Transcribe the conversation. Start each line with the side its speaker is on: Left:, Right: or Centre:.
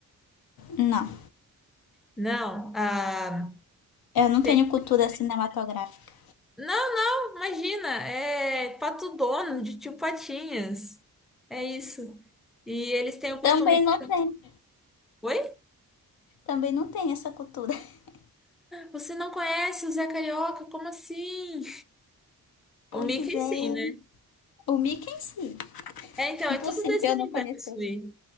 Left: Não,
Centre: Não. Ah,
Left: eu não
Centre: tem-
Left: tenho cultura cinematográfica.
Centre: Não, imagina. É Pato Dono, de Tio Patinhas. É isso. E eles têm o costume
Left: Também não tenho.
Centre: de... Oi?
Left: Também não tem essa cultura. <laughs>
Centre: Você não conhece o Zé Carioca? Como assim? O
Left: Pois
Centre: Mickey
Left: é.
Centre: sim, né?
Left: O Mickey em si.
Centre: É, então, é
Left: Impossível
Centre: tudo desse universo
Left: não conhecer.
Centre: aí.